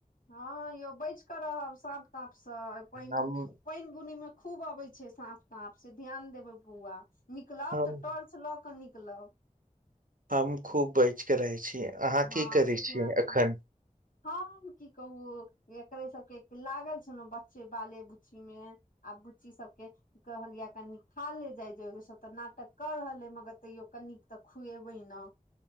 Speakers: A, on the left; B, on the right.
A: हँ यौ बचि कऽ रहब साँप ताँपसँ अय पइन
B: हम
A: बुनी पइन बुनी मे खूब अबै छै साँप ताँप से ध्यान देबै बौआ निकलब
B: हम
A: तऽ टॉर्च लऽ कऽ निकलब
B: हम खूब बइचके रहै छीयै अहाँ
A: हँ
B: की करै
A: से
B: छीयै
A: ध्यान देबै
B: अखन
A: हम की कहू एकरे सबके लागल छेलौं बच्चे बाले बुच्चीमे आब बुच्ची सबके कहलियै या कनि खा ले जाइ जो इ सब तऽ नाटक कऽ रहल अइ मगर तैयो कनि तऽ खुएबै न